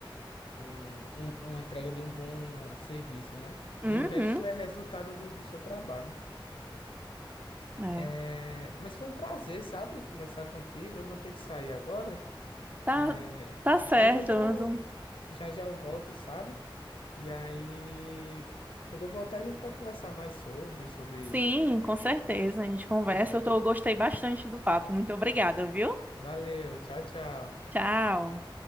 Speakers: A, on the left; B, on the right.
A: com um- uma entrega de um bom serviço, né?
B: Uhum,
A: E o resto é resultado do, do seu trabalho.
B: é.
A: É, mas foi um prazer, sabe, conversar contigo. Eu vou ter que sair agora.
B: Tá,
A: É,
B: tá certo.
A: mas já já
B: mas
A: eu,
B: um-
A: já já eu volto, sabe? E aí, quando eu voltar, a gente pode conversar mais sobre, sobre.
B: Sim, com certeza, a gente conversa.
A: Ok?
B: Eu tô, eu gostei bastante do papo. Muito obrigada, viu?
A: Valeu, tchau, tchau.
B: Tchau.